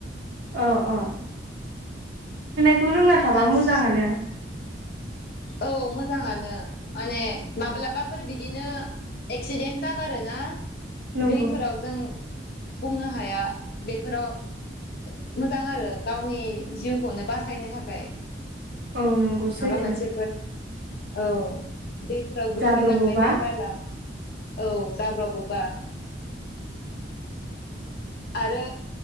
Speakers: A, on the right; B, on the left.
A: अ अ <unintelligible> थाबा
B: सानस
A: मोजाङानो।
B: औ मोजाङानो माने माब्लाबाफोर बिदिनो एक्सिडेन्ट जागारो ना
A: नंगौ
B: दैफोराव जों बुंनो हाया बेफोराव मोजां आरो गावनि जिउखौनो बासायनो थाखाय
A: औ नंगौ
B: <unintelligible>
A: सैथो
B: माबा मोनसे औ दैफोराव गोग्लैलांबाय
A: जाब्रबोबा
B: बायबोला औ जाब्राबबो बा आरो